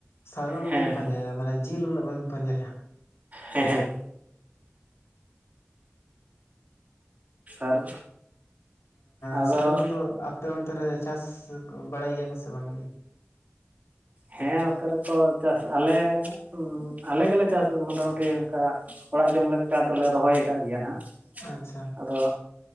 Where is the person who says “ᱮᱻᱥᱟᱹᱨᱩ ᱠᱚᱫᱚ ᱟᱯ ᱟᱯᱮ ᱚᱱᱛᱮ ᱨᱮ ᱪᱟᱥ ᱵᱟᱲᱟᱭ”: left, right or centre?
Left